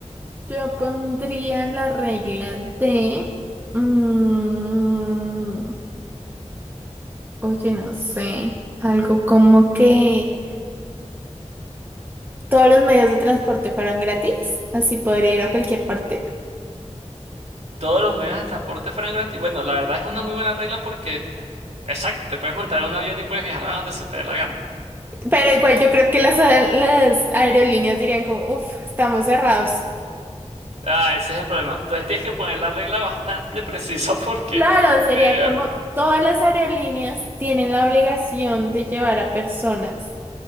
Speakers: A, on the right; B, on the right.
A: yo pondría en la regla de... mm, oye, no sé. Algo como que todos los medios de transporte fueran gratis, así podría ir a cualquier parte.
B: Todos los medios de transporte fueran gratis. Bueno, la verdad es una muy buena regla porque Exacto, te puedes montar en un avión y puedes viajar a donde se te dé la gana.
A: Pero igual yo creo que las, las aerolíneas dirían como, uff, estamos cerrados.
B: Ah, ese es el problema. Entonces tienes que poner la regla bastante precisa <laughs> porque
A: Claro, sería
B: eh,
A: como todas las aerolíneas tienen la obligación de llevar a personas